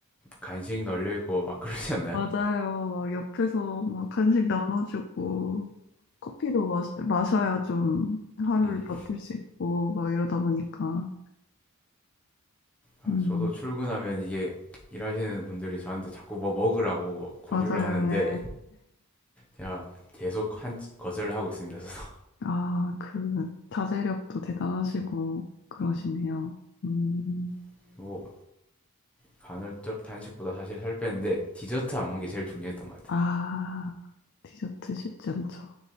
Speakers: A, in the centre; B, on the left.
A: 간식 널려 있고 막 그러지 않나요?
B: 맞아요. 막 옆에서 막 간식 나눠주고 커피도 마셔, 마셔야 좀 하루를
A: 음.
B: 버틸 수 있고 막 이러다 보니까
A: 아,
B: 음,
A: 저도 출근하면 이게 일하시는 분들이 저한테 자꾸 뭐 먹으라고 권유를
B: 맞아요.
A: 하는데
B: 네.
A: 제가 계속 한 거절을 하고 있습니다. 저도
B: 아, 그 자제력도 대단하시고 그러시네요. 음.
A: <laughs> 뭐 간헐적 단식보다 사실 살 빼는데 디저트 안 먹는 게 제일 중요했던 것 같아요.
B: 아, 디저트 쉽지 않죠.